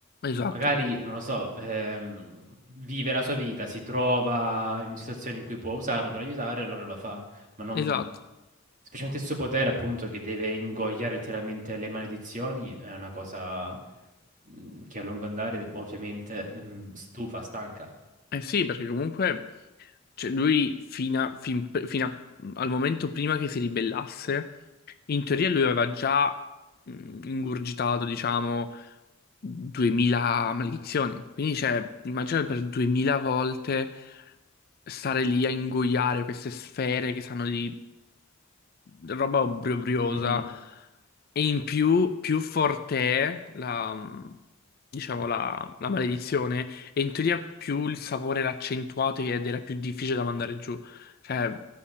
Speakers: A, on the left; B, on the right.
A: Esatto,
B: Magari, non lo so, ehm, vive la sua vita, si trova in situazioni in cui può usarlo per aiutare, allora lo fa. Ma non...
A: esatto.
B: Specialmente il suo potere, appunto, che deve ingoiare letteralmente le maledizioni, è una cosa mm, che a lungo andare, ovviamente, mm, stufa, stanca.
A: Eh sì, perché comunque cioè, lui fino a- fin- fino a- al momento prima che si ribellasse, in teoria lui aveva già mh, ingurgitato, diciamo, 2000 maledizioni. Quindi, cioè, immagina per 2000 volte. stare lì a ingoiare queste sfere che sanno di roba obbrobriosa.
B: Mhm,
A: E in più, più forte è la, mm, diciamo, la, la maledizione, e in teoria più il sapore era accentuato ed era più difficile da mandare giù. Cioè,